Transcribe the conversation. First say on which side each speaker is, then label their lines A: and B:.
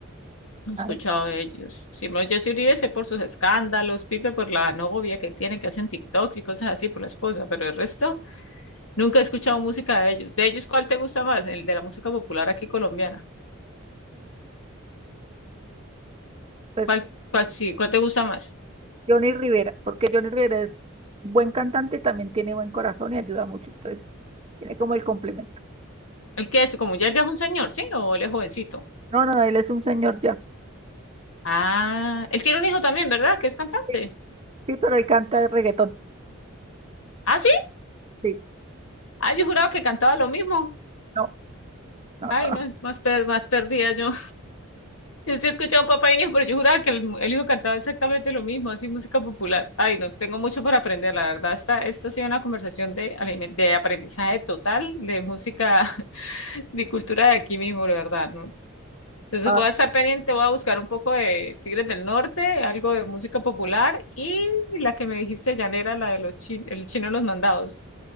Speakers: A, on the left; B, on the right.
A: He escuchado
B: ay, no,
A: de ellos. Simón Jessy Uribe sé por sus escándalos, Pipe por la novia que tiene, que hacen TikToks y cosas así, por la esposa, pero el resto nunca he escuchado música de ellos. De ellos, ¿cuál te gusta más? El de la música popular aquí colombiana.
B: pues,
A: ¿Cuál, cuál, sí, cuál te gusta más?
B: Johnny Rivera, porque Johnny Rivera es buen cantante, también tiene buen corazón y ayuda mucho, entonces tiene como el complemento.
A: El que es, como ya, ya es un señor, ¿sí? ¿O él es jovencito?
B: No, no, él es un señor ya.
A: Ah, él tiene un hijo también, ¿verdad? Que es cantante.
B: Sí, sí, pero él canta de reggaetón.
A: ¿Ah, sí?
B: Sí,
A: Ah, yo juraba que cantaba lo mismo.
B: no, no,
A: Ay,
B: no.
A: no,
B: no.
A: más, per- más perdida yo. Yo sí he escuchado Papá y un hijo, pero yo juraba que el, el hijo cantaba exactamente lo mismo, así música popular. Ay, no, tengo mucho para aprender, la verdad. Esta, esta ha sido una conversación de, aliment- de aprendizaje total, de música, <laughs> de cultura de aquí mismo, la verdad, ¿no? Entonces
B: Ah,
A: voy a estar pendiente, voy a buscar un poco de Tigres del Norte, algo de música popular y la que me dijiste, llanera, la de los chi- el chino de los mandados,